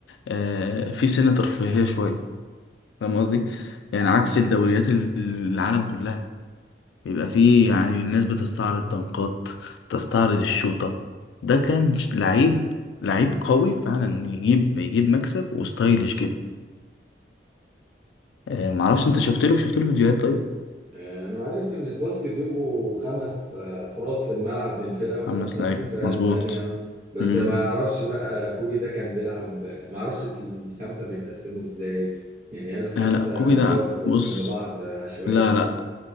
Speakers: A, on the left; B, on the right.
A: آه، في سنة ترفيهية شوية فاهم قصدي يعني عكس الدوريات ال- العالم كلها بيبقى فيه يعني الناس بتستعرض دنقات تستعرض الشوطة ده كان ش- لعيب لعيب قوي فعلا يجيب يجيب مكسب وستايلش جدا آه معرفش انت شفت له شفت له فيديوهات طيب
B: آه، انا عارف ان الباسكت بيبقوا خمس آه، افراد في الملعب من الفرقه وخمسه
A: خمس لعيبة
B: من الفرقه
A: مظبوط
B: التانيه بس
A: امم
B: ما اعرفش بقى كوبي ده كان بيلعب ما اعرفش الخمسه بيتقسموا ازاي يعني هل الخمسه
A: لا لا كوبي ده
B: بيقفوا
A: بص
B: جنب بعض عشوائي
A: لا
B: ولا
A: لا
B: بي...